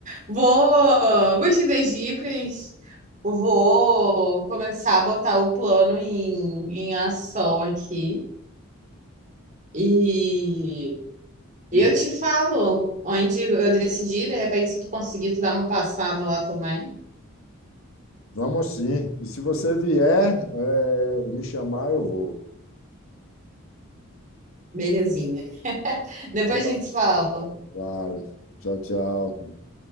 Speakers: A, on the right; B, on the left.
A: Vou. Gostei das dicas. Vou começar a botar o plano em, em ação aqui. E eu
B: E
A: te falo onde eu decidi. De repente, se tu conseguir, tu dá uma passada lá também.
B: Vamos sim. E se você vier, eh, me chamar, eu vou.
A: Belezinha. Depois
B: Tá
A: a gente fala.
B: Claro. Tchau, tchau.